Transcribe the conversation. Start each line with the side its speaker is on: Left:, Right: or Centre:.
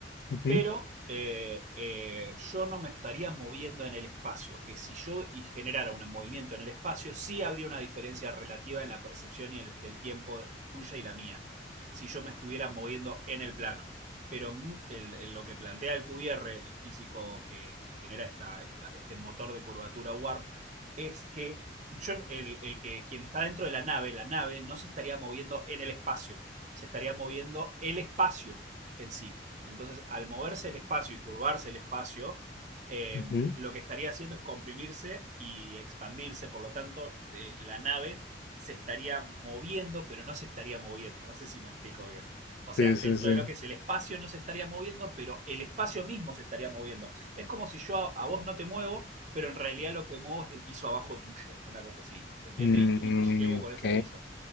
Left: Ujú,
Right: pero eh, eh, yo no me estaría moviendo en el espacio, que si yo generara un movimiento en el espacio, sí habría una diferencia relativa en la percepción y el- del tiempo tuya y la mía, si yo me estuviera moviendo en el plano. Pero mm, el- el- lo que plantea el QVR, el físico que, que genera esta, esta- este motor de curvatura warp, es que yo, el, el que quien está dentro de la nave, la nave no se estaría moviendo en el espacio, se estaría moviendo el espacio en sí. Entonces, al moverse el espacio y curvarse el espacio, eh,
Left: ujú, ujú.
Right: lo que estaría haciendo es comprimirse y expandirse. Por lo tanto, eh, la nave se estaría moviendo, pero no se estaría moviendo. No sé si me explico bien. O sea,
Left: Sí,
Right: dentro
Left: sí, sí.
Right: de lo que es el espacio no se estaría moviendo, pero el espacio mismo se estaría moviendo. Es como si yo a, a vos no te muevo, pero en realidad lo que muevo es el piso abajo tuyo, una cosa así, ¿se entiende?
Left: Mm,
Right: Y, y te llevo
Left: ok,
Right: con ese piso.